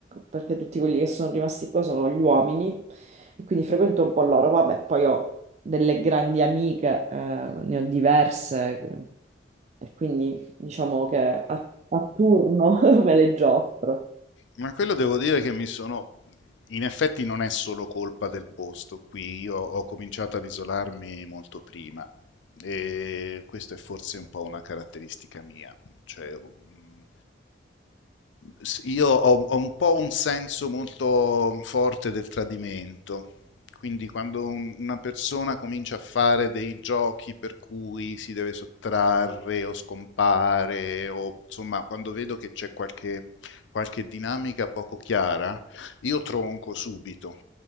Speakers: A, on the right; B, on the left.
A: perché tutti quelli che sono rimasti qua sono gli uomini e quindi frequento un po' loro. Vabbè, poi ho delle grandi amiche, eh, ne ho diverse e quindi diciamo che a, a turno <laughs> me le giostro.
B: Ma quello devo dire che mi sono... In effetti non è solo colpa del posto qui, io ho cominciato ad isolarmi molto prima e questa è forse un po' una caratteristica mia, cioè mm, s- io ho, ho un po' un senso molto forte del tradimento, quindi quando un- una persona comincia a fare dei giochi per cui si deve sottrarre o scompare o insomma quando vedo che c'è qualche qualche dinamica poco chiara, io tronco subito.